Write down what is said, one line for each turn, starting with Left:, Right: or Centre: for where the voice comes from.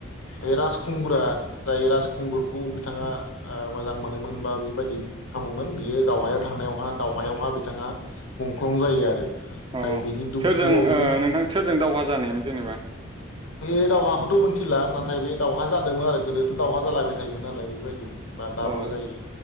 Left: बे राजखुंगुरा जाय राजखुंगुरखौ बिथाङा ओ मोजां मोनोमोन बा बेबायदि खालामोमोन बियो दावहायाव थांनायावहा दावहायावहा बिथाङा मुंख्लं जायो आरो। ओमफ्राय
Right: अ
Left: बिनि दुखुआवनो
Right: सोरजों ओ नोंथां सोरजों दावहा जानो जेनेबा
Left: बे दावहाखोथ' मोनथिला नाथाय बे दावहा जादोंमोन आरो गोदोथ' दावहा जालायबाय थायोमोन नालाय बेबायदि बा दाबो
Right: औ
Left: जायो